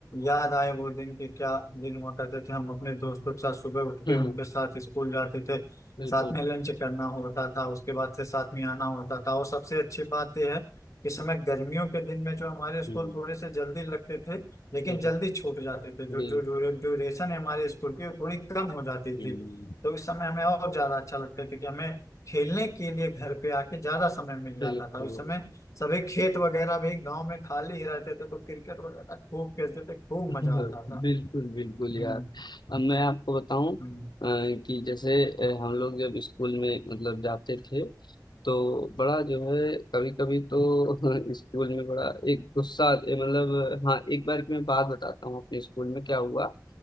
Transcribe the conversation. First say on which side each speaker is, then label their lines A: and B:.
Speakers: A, on the left; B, on the left.
A: याद आए वो दिन कि क्या दिन हुआ करते थे हम अपने दोस्तों के साथ सुबह उठ के
B: बिल्कुल
A: उनके
B: हम्म,
A: साथ स्कूल जाते थे
B: बिल्कुल
A: साथ में लंच करना होता था उसके बाद से साथ में आना होता था और सबसे अच्छी बात यह है कि इस समय गर्मियों के दिन में जो हमारे स्कूल
B: हम्म,
A: थोड़े से जल्दी लगते थे लेकिन
B: बिल्कुल
A: जल्दी छूट जाते थे जो
B: बिल्कुल
A: जो जो ड्यूरेशन है हमारे स्कूल की वो थोड़ी कम हो जाती
B: हम्म।
A: थी तो इस समय हमें और ज्यादा अच्छा लगता था कि हमें खेलने के लिए घर पे आके ज्यादा समय मिल जाता
B: बिल्कुल
A: था उस समय सभी खेत वगैरह भी गांव में खाली ही रहते थे तो क्रिकेट वगैरह खूब खेलते थे खूब
B: <laughs>
A: मजा आता था
B: बिल्कुल बिल्कुल
A: हम्म
B: यार अब मैं आपको बताऊं अ,
A: हम्म,
B: कि जैसे अ, हम लोग जब स्कूल में मतलब जाते थे तो बड़ा जो है कभी कभी तो <laughs> स्कूल में बड़ा एक गुस्सा ए, मतलब हाँ एक बार की मैं बात बताता हूँ अपने स्कूल में क्या हुआ